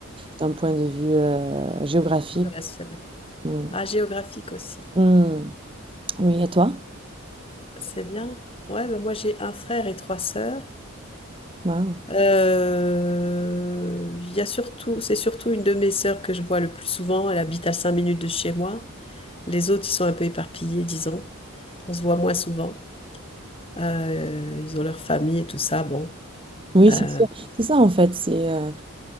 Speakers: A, on the right (about 25°); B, on the left (about 25°).
A: d'un point de vue euh, géographique.
B: Relationnel.
A: Oui.
B: Ah, géographique aussi.
A: Hmm. Oui, et toi?
B: C'est bien. Ouais, bah moi j'ai un frère et trois sœurs.
A: Waouh.
B: Euh, Il y a surtout, c'est surtout une de mes sœurs que je vois le plus souvent. Elle habite à cinq minutes de chez moi. Les autres, ils sont un peu éparpillés, disons. On se voit moins souvent. Euh, ils ont leur famille et tout ça. Bon.
A: Oui,
B: Euh,
A: c'est sûr. C'est ça en fait. C'est euh,